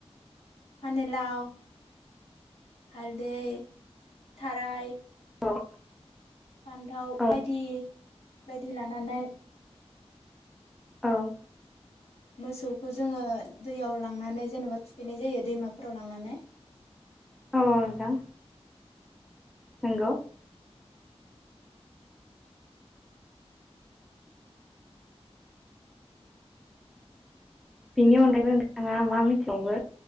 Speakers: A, on the left; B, in the centre.
A: फानेलाव हालदै, थाराय
B: औ।
A: फान्थाव
B: औ
A: बायदि बायदि लानानै
B: औ
A: मोसौखौ जोङो दैयाव लांनानै जेनेबा थुखैनाय जायो दैमाफोराव लांनानै।
B: अ नोंथां नोंगौ। बिनि अनगायैबो नोंथाङा मा मिथिबावो